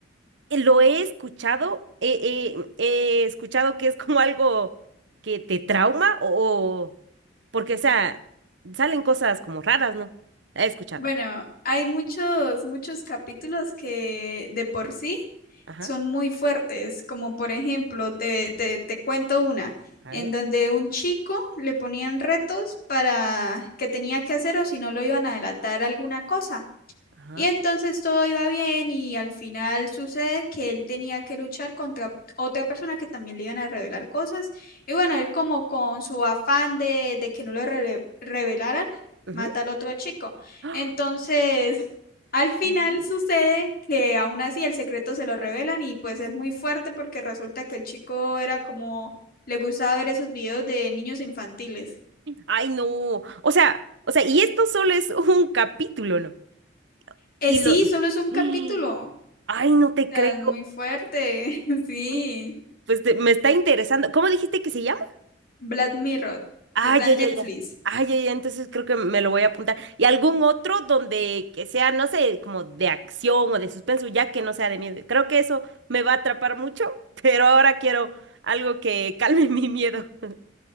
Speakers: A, on the right (about 65°); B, on the left (about 50°).
A: eh, Lo he escuchado, eh, eh, he escuchado que es como algo que te trauma o, o- porque, o sea, salen cosas como raras, ¿no? He escuchado.
B: Bueno, hay muchos, muchos capítulos que de por sí
A: Ajá,
B: son muy fuertes, como por ejemplo, te, te, te cuento una,
A: a
B: en
A: ver,
B: donde un chico le ponían retos para que tenía que hacer o si no lo iban a delatar alguna cosa.
A: ajá,
B: Y entonces todo iba bien y al final sucede que él tenía que luchar contra otra persona que también le iban a revelar cosas. Y bueno, él como con su afán de, de que no lo rele- revelaran,
A: ujú.
B: mata al otro chico.
A: ¡Ah!
B: Entonces, <laughs> al final
A: No.
B: sucede que aún así el secreto se lo revelan y pues es muy fuerte porque resulta que el chico era como, le gustaba ver esos videos de niños infantiles.
A: Ay, no. O sea, o sea, y esto solo es un capítulo, ¿no?
B: Eh,
A: Y
B: sí,
A: lo...
B: solo es un
A: <gasps>
B: capítulo. O
A: Ay, no te
B: sea,
A: creo.
B: es muy fuerte, <laughs> sí.
A: Sí, Pues te- me está interesando. ¿Cómo dijiste que se llama?
B: Black Mirror.
A: Ah,
B: Está
A: ya,
B: en
A: ya,
B: Netflix.
A: ya. Ah, ya, ya, entonces creo que me lo voy a apuntar. ¿Y algún otro donde que sea, no sé, como de acción o de suspenso, ya que no sea de miedo? Creo que eso me va a atrapar mucho, <laughs> pero ahora quiero algo que calme mi miedo. <laughs>